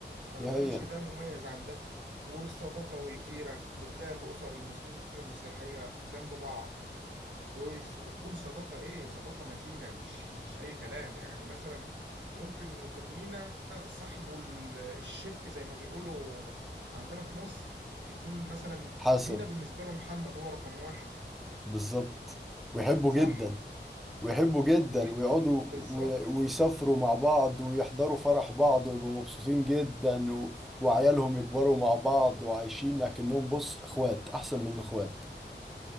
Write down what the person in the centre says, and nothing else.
دي هي
حسن
بالظبط ويحبوا
جدا ويحبوا جدا
ويقعدوا وي- ويسافروا مع بعض ويحضروا فرح بعض ويبقوا مبسوطين جدا و... وعيالهم يكبروا مع بعض وعايشين اكنهم بص اخوات احسن من الاخوات